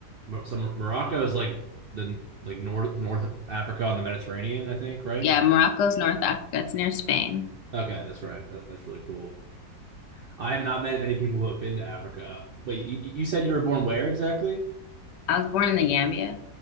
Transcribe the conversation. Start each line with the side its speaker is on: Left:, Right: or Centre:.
Right: Mo- so Mor- Morocco is like the like north North Africa on the Mediterranean, I think, right?
Left: Yeah, Morocco's North Africa. It's near Spain.
Right: Okay, that's right. That, that's really cool. I have not met many people who have been to Africa. Wait, you, you said you were born where exactly?
Left: I was born in the Gambia.